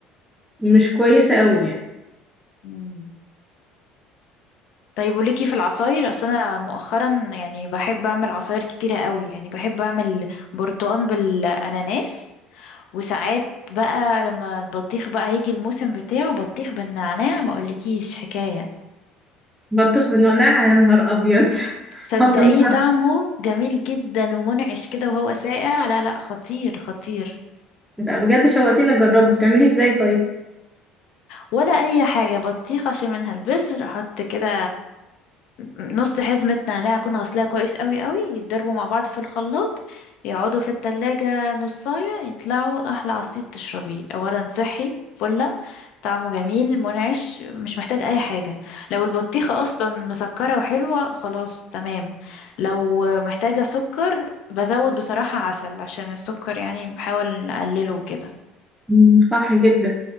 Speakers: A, in the centre; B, on the left.
A: مش كويسة قوي يعني
B: مم. طيب وليكي في العصاير اصل انا مؤخرا يعني بحب اعمل عصاير كتيرة قوي يعني بحب اعمل برتقان بالاناناس وساعات بقى لما البطيخ بقى يجي الموسم بتاعه بطيخ بالنعناع ما اقولكيش حكاية
A: بطيخ بالنعناع يا نهار أبيض <laughs>
B: صدقيني
A: هبل
B: طعمه جميل جدا ومنعش كده وهو ساقع لا لا خطير خطير
A: لا بجد شوقتيني أجربه بتعمليه ازاي طيب
B: ولا اي حاجه بطيخه اشيل منها البذر احط كده نص حزمه نعناع اكون غسلاها كويس قوي قوي يتضربوا مع بعض في الخلاط يقعدوا في التلاجة نصاية يطلعوا احلى عصير تشربيه اولا صحي فله طعمه جميل منعش مش محتاج اي حاجه لو البطيخه اصلا مسكره وحلوه خلاص تمام لو محتاجه سكر بزود بصراحه عسل عشان السكر يعني بحاول اقلله كده
A: مم، صح جدا